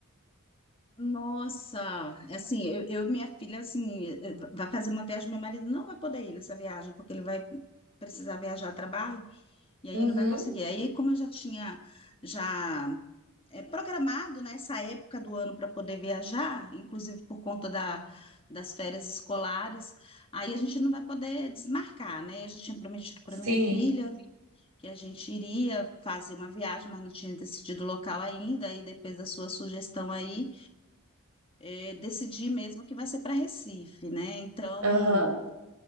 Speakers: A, on the left; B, on the right.
A: Nossa, assim, eu, eu e minha filha, assim, eh, vai fazer uma viagem, meu marido não vai poder ir nessa viagem, porque ele vai precisar viajar a trabalho, e aí
B: Uhum,
A: não vai conseguir. Aí, como eu já tinha, já eh, programado, né, essa época do ano para poder viajar, inclusive por conta da, das férias escolares, aí a gente não vai poder desmarcar, né? Eu já tinha prometido para
B: sim,
A: minha filha que a gente iria fazer uma viagem, mas não tinha decidido o local ainda, aí depois da sua sugestão aí, é, decidir mesmo que vai ser para Recife, né? Então,
B: aham.